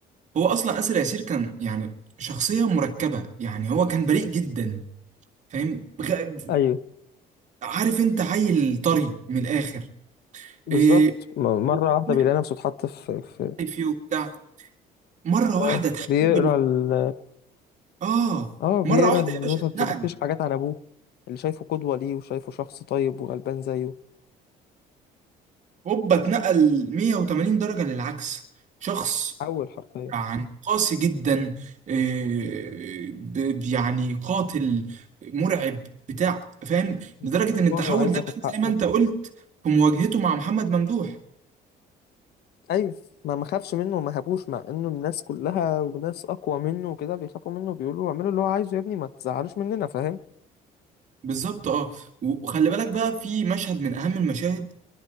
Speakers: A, on the right; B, on the left.
A: هو اصلا اسر ياسير كان يعني شخصيه مركبه يعني هو كان بريء جدا فاهم غ-
B: ايوه
A: عارف انت عيل طري من الاخر
B: بالظبط
A: إيه
B: م- مره
A: وبيعمل
B: واحده بيلاقي نفسه اتحط في في
A: حاجة فيه وبتاع مره
B: اه
A: واحده تحول
B: بيقرا ال
A: اه
B: اه بيقرا
A: مره اه واحده
B: النوتة
A: يا باشا اتنقل
B: بتكتشف حاجات عن ابوه اللي شايفه قدوه ليه وشايفه شخص طيب وغلبان زيه
A: هوبا اتنقل 180 درجه للعكس شخص
B: حول حرفيا
A: يعني قاسي جدا آه، ب- يعني قاتل مرعب بتاع فاهم لدرجه
B: انتقامي
A: ان التحول
B: وعايز
A: ده
B: ياخد
A: بان زي
B: حقه
A: ما انت قلت في مواجهته مع محمد ممدوح
B: ايوه ما ما خافش منه وما هابوش مع انه الناس كلها وناس اقوى منه وكده بيخافوا منه بيقولوا له اعملوا اللي هو عايزه يا ابني ما تزعلوش مننا فاهم
A: بالظبط اه وخلي بالك بقى في مشهد من اهم المشاهد